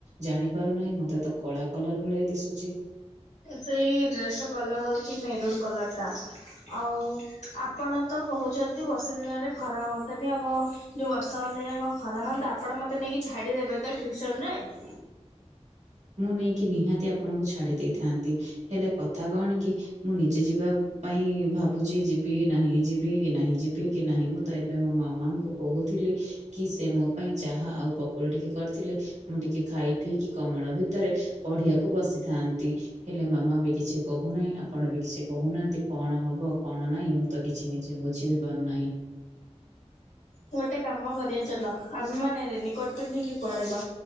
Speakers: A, on the right; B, on the left.
A: ଜାଣି ପାରୁନାହିଁ ମତେ ତ କଳା କଲର ଭଳିଆ ଦିଶୁଛି।
B: ସେଇ ଡ୍ରେସ ର କଲର ହୋଉଚି ମେରୁନ୍ କଲର ଟା ଆଉ ଆପଣ ତ କହୁଛନ୍ତି ବର୍ଷା ଦିନରେ ଖରା ହୁଅନ୍ତାନି ଆଉ କଣ ଯୋଉ ବର୍ଷାମାନେ ଏଇନା କଣ ଖରା ହୁଅନ୍ତା ଆପଣ ମତେ ନେଇକି ଛାଡିଦେବେ ତ ଟ୍ୟୁସନ ରେ।
A: ମୁଁ ନେଇକି ନିହାତି ଆପଣଙ୍କୁ ଛାଡି ଦେଇଥାନ୍ତି। ହେଲେ କଥା କଣ କି ମୁଁ ନିଜେ ଯିବା ପାଇଁ ଭାବୁଛି ଯିବି ନାହିଁ ଯିବି କି ନାହିଁ ଯିବି କି ନାହିଁ ମୁଁ ତ ଏବେ ମୋ ମାମାଙ୍କୁ କହୁଥିଲି। କି ସେ ମୋ ପାଇଁ ଚାହା ଆଉ ପକୋଡ଼ି ଟିକେ କରିଥିଲେ ମୁଁ ଟିକେ ଖାଇ ଫିକି କମଳ ଭିତରେ ପଢିବାକୁ ବସିଥାନ୍ତି। ହେଲେ ମାମା ବି କିଛି କହୁନାହିଁ ଆପଣ ବି କିଛି କହୁନାହାନ୍ତି କଣ ହବ କଣ ନାହିଁ ମୁଁ ତ କିଛି ନିଜେ ବୁଝି ବି ପାରୁନାହିଁ।
B: ଗୋଟେ କାମ କରିବା ଚାଲ ଆମେ ମାନେ ରେନିକୋଟ ପିନ୍ଧିକି ପଳେଇବା।